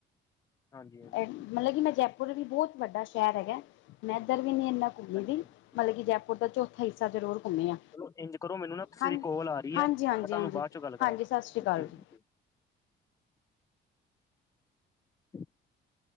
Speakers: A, on the left; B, on the left.
A: ਹਾਂਜੀ-ਹਾਂਜੀ, ਹਾਂਜੀ
B: ਅ ਮਤਲਬ ਕਿ ਮੈਂ ਜੈਪੁਰ ਵੀ ਬੌਤ ਵੱਡਾ ਸੈ਼ਰ ਹੈਗੈ, ਮੈਂ ਐਧਰ ਵੀ ਨੀ ਇੰਨਾ ਵੀਂਦੀ
A: ਹਾਂਜੀ ਹਾਂਜੀ,
B: ਮਤਲਬ ਕਿ ਜੈਪੁਰ ਦਾ ਚੋਥ ਥਾ ਹਿਸਾ ਜ਼ਰੂਰ ਘੁੰਮੇ ਆ।
A: ਚਲੋ ਇੰਝ ਕਰੋ ਮੈਨੂੰ ਨਾ ਕਿਸੇ
B: ਹਾਂਜ
A: ਦੀ ਕੋਲ ਆ ਰਹੀ
B: ਹਾਂਜੀ
A: ਹੈ। ਮੈਂ
B: ਹਾਂਜੀ
A: ਤੁਹਾਨੂੰ
B: ਹਾਂਜੀ
A: ਬਾਅਦ ਚੋਂ ਗੱਲ ਕਰਾਂ
B: ਹਾਂਜੀ। ਸਤ ਸ਼੍ਰੀ ਕਾਲ
A: ਠੀਕ-ਠੀਕ-ਠੀਕ।
B: ਜੀ।
A: <inaudible>